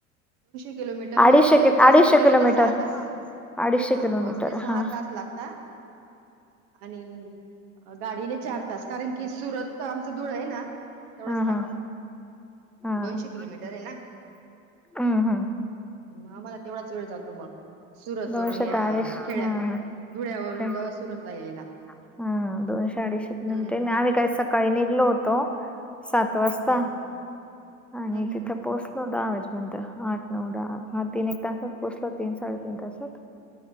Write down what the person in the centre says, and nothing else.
अडीशे की
अडीचशे
किलोमीटर-
अडीचशे
किलोमीटर
हा-
हम्म,
हम्म,
हम्म, हम्म.
दोनशे
ते अडीचशे
हा हा
ते-
हा हा दोनशे अडीचशे किलोमीटर
ते न आम्ही काय? सकाळी निघलो होतो, सात वाजता
आणि
तिथे पोहोचलो- तिथ होतो आठ नंतर आठ नऊ दहा वाजतं. तीन एक तासात पोहचतो तीन साडेतीन तासात.